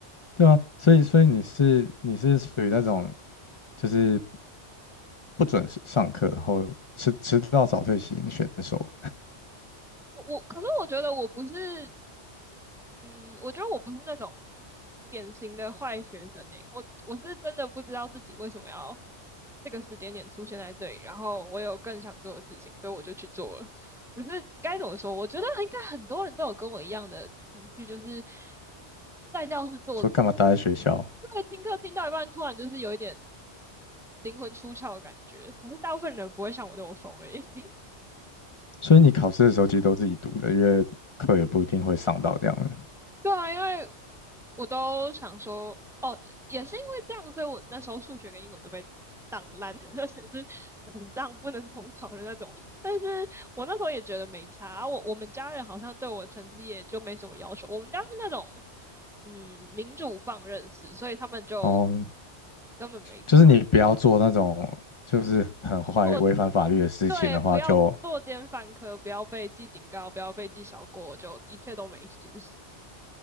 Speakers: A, on the left; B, in the centre.
A: 对啊，所以所以你是你是属于那种就是不准时上课，然后迟迟到早退型选手，
B: 我我可是我觉得我不是，嗯，我觉得我不是那种典型的坏学生诶、我我是真的不知道自己为什么要这个时间点出现在这里，然后我有更想做的事情，所以我就去做了。可是该怎么说，我觉得应该很多人都有跟我一样的情绪，就是在教室做，
A: 说干嘛待在学校？
B: 对，听课听到一半，突然就是有一点灵魂出窍的感觉。可是大部分人不会像我那么疯而已。<laughs>
A: 所以你考试的时候其实都自己读的，因为课也不一定会上到这样的。
B: 对啊，因为我都想说，哦，也是因为这样，所以我那时候数学跟英文都被挡烂，<laughs> 而且是很当不能重考的那种。但是我那时候也觉得没差啊，我我们家人好像对我成绩也就没什么要求，我们家是那种嗯民主放任式，所以他们就
A: 哦，
B: 根本没差。
A: 就是你不要做那种就是很坏、
B: 我
A: 违反法律的事情的话就，
B: 对，不要作奸犯科，不要被记警告，不要被记小过，就一切都没事。